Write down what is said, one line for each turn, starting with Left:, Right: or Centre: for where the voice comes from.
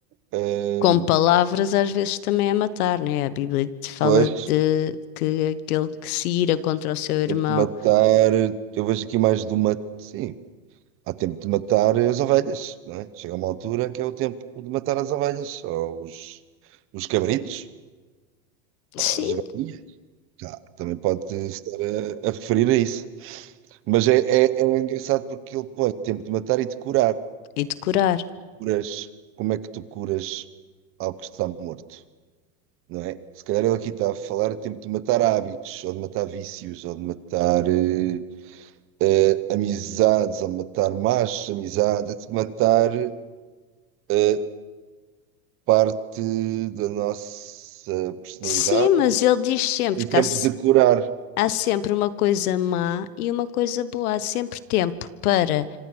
Right: eh,
Left: Com palavras às vezes também é matar, né? A Bíblia te fala
Right: pois,
Left: de que aquele que se ira contra o seu irmão,
Right: tempo de matar. Eu vejo aqui mais do matar. Sim, Há tempo de matar as ovelhas, não é? Chega uma altura que é o tempo de matar as ovelhas, ou os, os cabritos,
Left: sim,
Right: ou as galinhas. Tá, também pode estar a, a referir a isso. Mas é, é, é engraçado porque ele põe tempo de matar e de curar.
Left: e decorar.
Right: Curas, como é que tu curas algo que está morto, não é? Se calhar ele aqui está a falar de tempo de matar hábitos, ou de matar vícios, ou de matar eh, eh, amizades, ou de matar más amizades, de matar. eh, parte da nossa personalidade
Left: Sim, mas ele diz sempre
Right: e tempo
Left: que há, se-
Right: de curar.
Left: há sempre uma coisa má e uma coisa boa, há sempre tempo para